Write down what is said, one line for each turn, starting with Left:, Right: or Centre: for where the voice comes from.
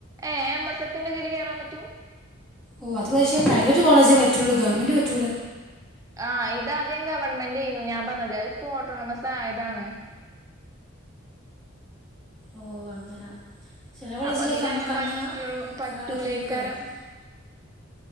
Right: <unintelligible> എം എസ് എഫിന്റെ ഇതില് കയറാൻ പറ്റും
Centre: ഓ അത് പക്ഷേ പ്രൈവറ്റ് കോളേജേ പറ്റുള്ളൂ ഗവൺമെന്റ് പറ്റുല
Right: ആ ഇതാദ്യം ഗവൺമെന്റ് യിരുന്നു ഞാൻ പറഞ്ഞത് ഇപ്പൊ ഓട്ടോണോമസ് ആയതാണ്
Centre: ഓ അങ്ങനെ ചില കോളേജിലൊക്കെ
Right: അപ്പൊ ഇതിലങ്ങനെ
Centre: നമ്മക്ക് അങ്ങനെ
Right: പറ്റൂ പറ്റൂലേക്കാരം
Centre: ഒരാള കീഴിൽ കേയറാം